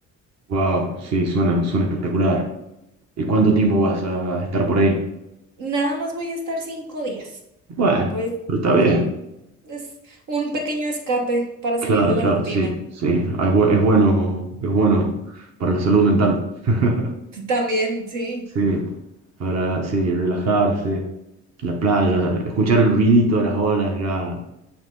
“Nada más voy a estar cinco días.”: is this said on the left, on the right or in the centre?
Right